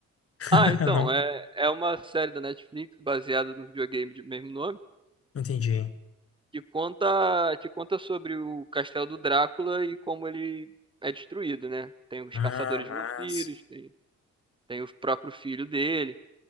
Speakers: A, on the left; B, on the right.
A: <laughs>
B: Ah, então,
A: Não,
B: é, é uma série da Netflix baseada no videogame de mesmo nome,
A: entendi.
B: que conta, que conta sobre o castelo do Drácula e como ele é destruído, né? Tem os
A: Ah,
B: caçadores
A: mas,
B: de vampiros, tem, tem o próprio filho dele.